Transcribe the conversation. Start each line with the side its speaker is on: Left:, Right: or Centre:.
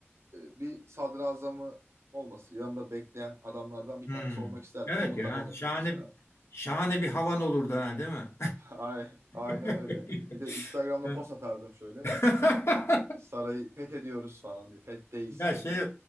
Right: e, bir sadrazamı olması yanında bekleyen adamlardan bir
Left: Hmm.
Right: tanesi olmak isterdim.
Left: Evet
Right: Komutanı
Left: ya
Right: olabilir
Left: şahane
Right: mesela.
Left: bir- şahane bir havan olurdu ha değil mi?
Right: Ay- Aynen
Left: <laughs>
Right: öyle. Bir de Instagram'da
Left: Ya.
Right: post atardım şöyle.
Left: <laughs>
Right: Sarayı fethediyoruz falan diye. Fetteyiz.
Left: Ya şey